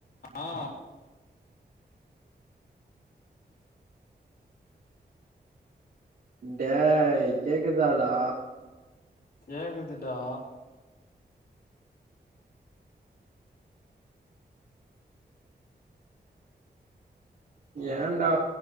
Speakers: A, on the left (about 65°); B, on the right (about 60°).
A: ஆ
B: டேய் கேக்கு தா டா
A: கேக்குதுடா சொல்றே
B: ஏன்டா